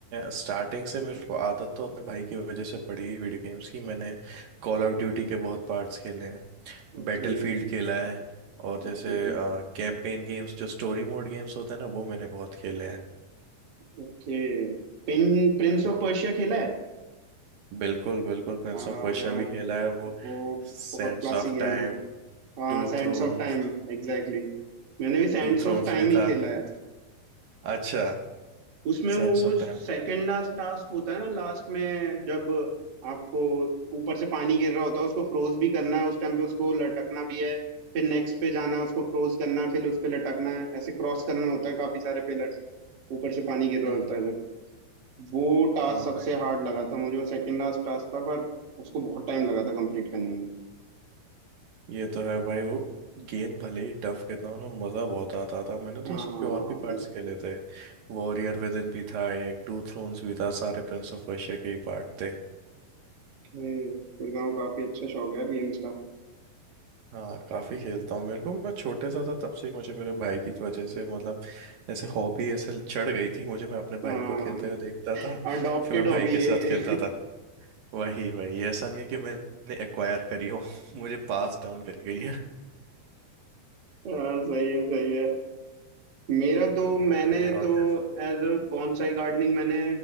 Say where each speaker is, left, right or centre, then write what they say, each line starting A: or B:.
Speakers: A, on the right; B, on the right.
A: स्टार्टिंग से मेरे को आदत तो अपने भाई की वजह से पड़ी वीडियो गेम्स की मैंने कॉल ऑफ ड्यूटी के बहुत पार्ट्स खेले हैं
B: Okay
A: बैटलफील्ड खेला है और जैसे
B: Okay
A: कैंपेन गेम्स जो स्टोरी मोड गेम्स होते हैं ना वो मैंने बहुत खेले हैं
B: Okay Prince
A: हाँ
B: of Persia खेला है
A: बिल्कुल बिल्कुल प्रिंस
B: हाँ
A: ऑफ पर्शिया
B: यार
A: भी खेला है वो
B: वो
A: sands
B: बहुत क्लासिक
A: of
B: गेम
A: time
B: है हाँ
A: two
B: सैंड्स
A: thrones
B: ऑफ टाइम एग्जैक्टली मैंने भी सैंड्स
A: Two thrones
B: ऑफ टाइम
A: भी
B: ही
A: था
B: खेला है
A: अच्छा
B: उसमें वो
A: सैंड्स ऑफ
B: सेकंड
A: टाइम भी
B: लास्ट टास्क होता है ना लास्ट में जब आपको ऊपर से पानी गिर रहा होता है उसको फ्रोज भी करना है उस टाइम पे उसको लटकना भी है फिर नेक्स्ट पे जाना है उसको फ्रोज करना है फिर उस पे लटकना है ऐसे क्रॉस करना होता है काफी सारे पिलर्स ऊपर से पानी गिर रहा
A: हम्म
B: होता है जब वो टास्क
A: हाँ
B: सबसे
A: भाई,
B: हार्ड लगा था मुझे वो सेकंड लास्ट टास्क था पर उसको बहुत टाइम लगा था कंप्लीट करने में
A: ये तो है भाई वो गेम भले ही टफ कितना हो, उसमें मज़ा बहुत आता था मैंने
B: हाँ
A: तो उसके और भी पार्ट्स
B: यार
A: खेले थे वॉरियर विद इन भी था एक टू थ्रोन्स भी था सारे प्रिंस ऑफ पर्शिया के ही पार्ट थे
B: खेलता हूँ काफी अच्छा शौक है यार गेम्स का
A: हाँ काफ़ी खेलता हूँ मेरे को मैं छोटे सा था तब से ही मुझे मेरे भाई की वजह से मतलब ऐसे हॉबी ऐसे चढ़ गई थी मुझे मैं अपने
B: हाँ
A: भाई को खेलते हुए देखता था
B: अडॉप्टेड
A: फिर मैं भाई
B: हॉबी
A: के
B: है
A: साथ
B: ये
A: खेलता
B: <laughs>
A: था वही वही ऐसा नहीं है कि मैंने एक्वायर करी हो <laughs> मुझे पास डाउन करी गई है
B: हाँ सही है सही है मेरा तो
A: हाँ
B: मैंने
A: भाई और
B: तो
A: जैसे
B: एज अ बॉन्साई गार्डनिंग मैंने